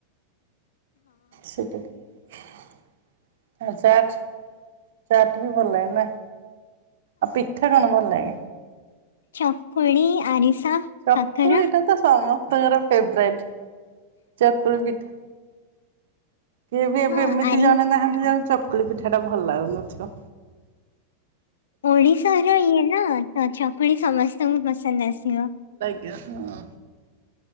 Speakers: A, on the right; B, on the left.
A: ସେଇଟା ତ ଆଉ ଚାଟ୍ ଚାଟ୍ ବି ଭଲ ଲାଗେ ନା। ଆଉ ପିଠା କଣ ଭଲ ଲାଗେ?
B: ଚକୁଳି ଆରିସା
A: ଚକୁଳିଟା
B: କାକରା
A: ତ ସମସ୍ତଙ୍କର ଫେବ୍ରାଇଟ୍ ଚକୁଳି ପି କିଏ ବି ଏବେ
B: ହଁ
A: ଏମିତି
B: ଆରି
A: ଜଣେ ନାହାନ୍ତି
B: ହଁ,
A: ଯାହାକୁ ଚକୁଳି ପିଠାଟା ଭଲ ଲାଗୁନଥିବ।
B: ଓଡିଶାରେ ଇଏ ନା ତ ଚକୁଳି ସମସ୍ତଙ୍କୁ ପସନ୍ଦ ଆସିବ।
A: ଏ ହଁ